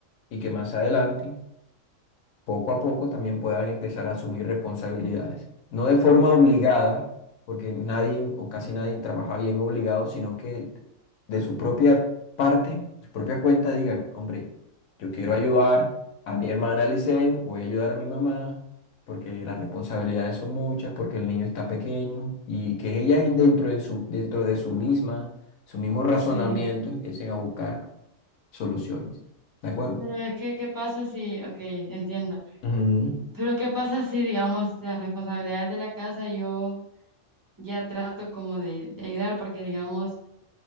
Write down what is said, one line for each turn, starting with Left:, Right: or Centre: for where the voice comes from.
Left: y que más adelante poco a poco también puedas empezar a asumir responsabilidades. No de forma obligada, porque nadie o casi nadie trabaja bien obligado, sino que de su propia parte, su propia cuenta, digan, hombre, yo quiero ayudar a mi hermana Licen, voy a ayudar a mi mamá, porque las responsabilidades son muchas, porque el niño está pequeño, y que ellas en- dentro de su, dentro de su misma, su mismo razonamiento
Right: sí.
Left: empiecen a buscar soluciones. ¿De acuerdo?
Right: Pero es que, ¿qué pasa si, ok, entiendo.
Left: Ujú,
Right: Pero ¿qué pasa si, digamos, las responsabilidades de la casa yo ya trato como de, de ayudar? Porque, digamos,